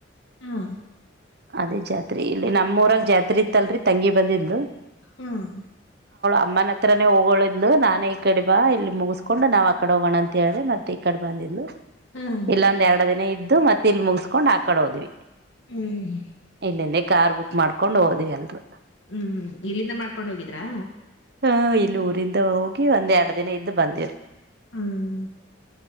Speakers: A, on the left; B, on the right.
A: ಹಾ
B: ಅದೇ ಜಾತ್ರಿ ಇಲ್ಲಿ ನಮ್ಮೂಊರಲ್ ಜಾತ್ರೆ ಇತ್ತಲ್ರರಿ ತಂಗಿ ಬಂದಿದು
A: ಹ್ಮ್
B: ಅಮ್ಮನ ಹತ್ರನೇ ಹೋಗೋಳು ನಾ ಮನೆ ಈ ಕಡೆ ಬಾ ಇಲ್ಲಿ ಮುಗಿಸ್ಕೊಂಡು ನಾವ್ ಆ ಕಡೆ ಹೋಗೋಣ ಅಂತ ಹೇಳ್ರೆ ಮತ್ತೆ ಈ ಕಡೆ ಬಂದಿದ್ದು
A: ಹ್ಮ್
B: ಇಲ್ಲೊಂದ ಎರಡು ದಿನ ಇದ್ದು ಮತ್ತೆ ಇಲ್ ಮುಗಸ್ಕೊಂಡ್ ಆಕಡೆ ಹೋದ್ವಿ
A: ಹ್ಮ್
B: ಇಲ್ಲಿಂದ ಕಾರ್ ಬುಕ್ ಮಾಡ್ಕೊಂಡು ಹೋದ್ವಿ ಅಲ್ರು
A: ಹ್ಮ್ ಇಲ್ಲಿಂದ ಮಾಡ್ಕೊಂಡ ಹೋಗಿದ್ರಾ
B: ಹ ಇಲ್ಲಿ ಊರಿಂದ ಹೋಗಿ ಒಂದ್ ಎರಡು ದಿನ ಇದ್ದ್ ಬಂದಿವ್ರಿ
A: ಹ್ಮ್